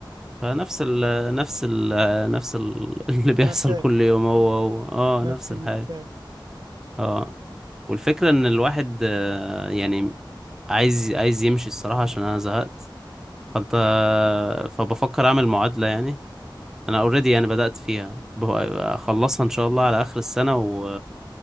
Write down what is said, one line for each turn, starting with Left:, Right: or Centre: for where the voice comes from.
Centre: فنفس ال نفس ال نفس ال <laughs> اللي بيحصل
Right: مأساة
Centre: كل يوم هو هو اه
Right: نفس
Centre: نفس
Right: المأساة
Centre: الحاجة اه والفكرة ان الواحد آه، يعني عايز عايز يمشي الصراحة عشان انا زهقت فانت فبفكر اعمل معادلة يعني انا اوريدي انا بدأت فيها بقى- اخلصها ان شاء الله على اخر السنة و...